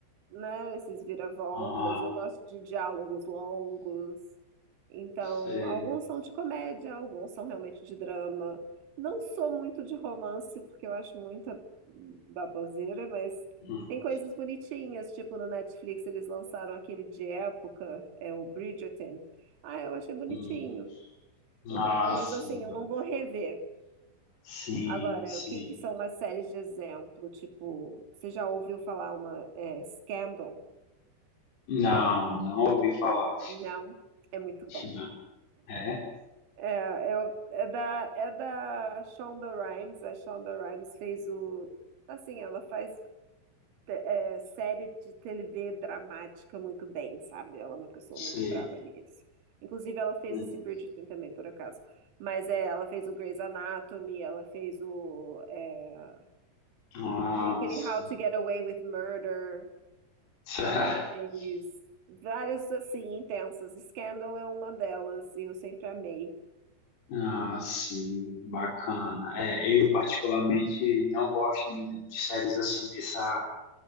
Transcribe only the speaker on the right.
né, esses viravoltas.
Eu gosto de diálogos longos. Então,
alguns são de comédia, alguns são realmente de drama. Não sou muito de romance, porque eu acho muita baboseira, mas
tem coisas bonitinhas, tipo no Netflix eles lançaram aquele de época, é o Bridgerton. Ah, eu achei bonitinho,
entendeu?
Mas
assim, eu não vou rever.
Agora,
o que que são umas séries de exemplo? Tipo, você já ouviu falar uma é, Scandal?
Não, é muito
bom.
É, eu- é da, é da Shonda Rhimes. A Shonda Rhimes fez o. Assim, ela faz te- é, série de TV dramática muito bem, sabe? Ela é uma pessoa
muito brava nisso. Inclusive, ela fez
esse Bridgerton também, por acaso. Mas é, ela fez o Grey's Anatomy, ela fez o. É,
ai, aquele
How to Get Away with Murder.
Ela fez várias, assim, intensas. Scandal é uma delas, e eu sempre amei.